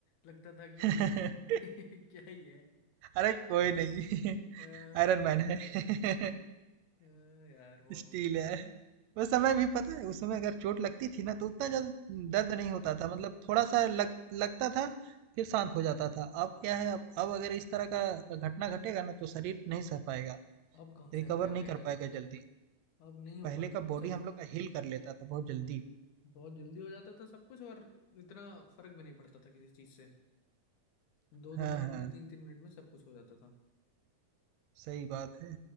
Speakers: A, on the left; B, on the right.
A: लगता था कि
B: <laughs>
A: <laughs> क्या ही है अ,
B: अरे कोई नहीं <laughs>
A: क्या
B: आयरन मैन
A: ही हो
B: है
A: जाएगा
B: <laughs>
A: अ, यार बहुत
B: स्टील है उस समय भी पता है उस समय अगर चोट लगती थी ना तो उतना ज्यादा दर्द नहीं होता था मतलब थोड़ा सा लग लगता था फिर शांत हो जाता था अब क्या है अब अब अगर इस तरह का घटना घटेगा ना तो शरीर नहीं सह पाएगा
A: अब कहाँ सह
B: रिकवर
A: पाएगा
B: नहीं
A: यार
B: कर पाएगा जल्दी
A: अब नहीं हो
B: पहले
A: पाता
B: का
A: कुछ
B: बॉडी
A: अब
B: हम लोग का हील कर लेता था बहुत जल्दी
A: बहुत जल्दी हो जाता था सब कुछ और इतना फर्क भी नहीं पड़ता था किसी चीज से दो
B: हाँ,
A: दो मिनट
B: हाँ,
A: में तीन तीन मिनट में सब कुछ हो जाता था
B: सही बात है।